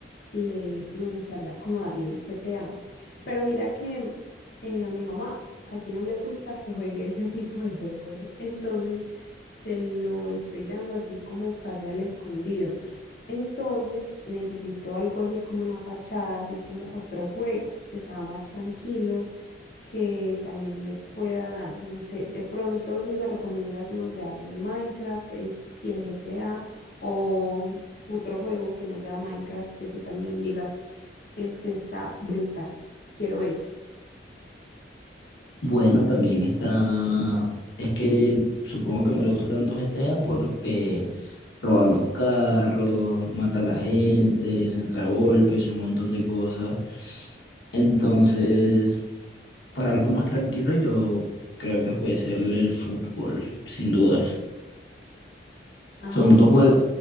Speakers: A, on the left; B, on the left.
A: le me gustaría como darle el GTA. Pero mira que eh, a mi mamá casi no le gusta que juegue <laughs> ese tipo de juegos. Entonces se lo estoy dando así como casi al escondido. Entonces necesito algo así como una fachada, así como otro juego que sea más tranquilo que también le pueda dar, no sé, de pronto si me recomiendas, no sé, darle el Minecraft el, G- y el GTA o otro juego que no sea Minecraft que tú también digas, este está brutal, quiero ese.
B: Bueno, también está, es que supongo que no le gusta tanto GTA porque roba los carros, mata a la gente, se entra a golpes, un montón de cosas. Entonces, para algo más tranquilo, yo creo que puede ser el fútbol, sin dudas.
A: Ah,
B: Son
A: ok.
B: dos juegos,